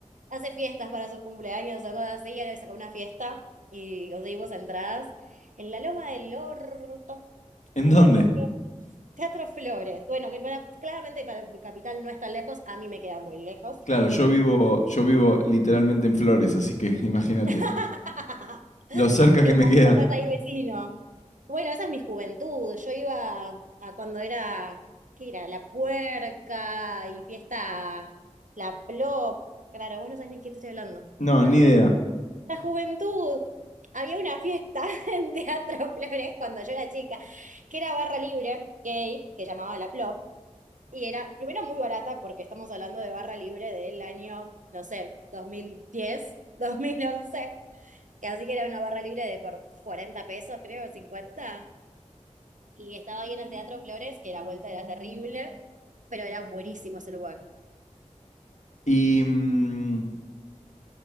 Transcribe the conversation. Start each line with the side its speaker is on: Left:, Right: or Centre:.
Right: Hace fiestas para sus cumpleaños, sacó así, ya Le sacó una fiesta y conseguimos entradas en la Loma del Orto,
Left: ¿en
Right: en el
Left: dónde?
Right: Teatro Flores. Teatro Flores, bueno, que para, claramente para Capital no es tan lejos, a mí me queda muy lejos.
Left: Claro, yo vivo, yo vivo literalmente en Flores, así que <laughs> imagínate
Right: <laughs>
Left: lo cerca
Right: Claro,
Left: que me queda.
Right: estás ahí vecino. Bueno, esa es mi juventud. Yo iba a a cuando era, ¿qué era? La Puerca y fiesta, la Plop. Claro, vos no sabés ni qué te estoy hablando.
Left: No,
Right: La
Left: ni
Right: juventud.
Left: idea.
Right: La juventud. Había una fiesta <laughs> en Teatro Flores cuando yo era chica, que era barra libre, gay, que llamaba la Plop. Y era, primero, muy barata, porque estamos hablando de barra libre del año, no sé, dos dos mil diez dos mil once Así que era una barra libre de por 40 pesos, creo, cincuenta Y estaba ahí en el Teatro Flores, que la vuelta era terrible, pero era buenísimo ese lugar.
Left: Y mm,